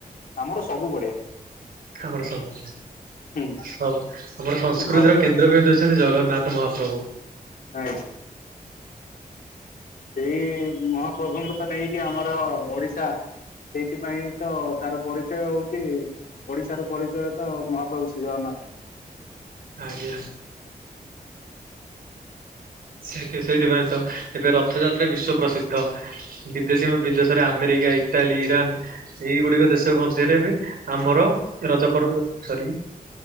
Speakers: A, on the left; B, on the right.
A: ଆମର ସବୁ ବଢିଆ
B: ଆମର ସବ
A: ହୁଁ
B: ହବ ଆମର ସଂସ୍କୃତିର
A: ଘରେ
B: କେନ୍ଦ୍ର ବି ଦେଉଛନ୍ତି ଜଗନ୍ନାଥ ମହାପ୍ରଭୁ
A: ଆ ସେଇ ମହାପ୍ରଭୁଙ୍କୁ ତ ନେଇକି ଆମର ଓଡିଶା ସେଇଥିପାଇଁ ତ ତାର ପରିଚୟ ହଉଛି ଓଡିଶାରୁ ପରିଚୟିତ ମହାପ୍ରଭୁ ଶ୍ରୀ ଜଗନ୍ନାଥ
B: ଆଜ୍ଞା ସେଇଠ ସେଇଥିପାଇଁ ତ ଏବେ ରଥଯାତ୍ରା ବିଶ୍ଵ ପ୍ରସିଦ୍ଧ ବିଦେଶୀ ବିଦେଶରେ ଆମେରିକା ଇଟାଲୀ ଇରାନ ଏଇଗୁଡିକ ଦେଶ ମଧ୍ୟରେ ବି ଆମର ରଜ ପର୍ବ ସରି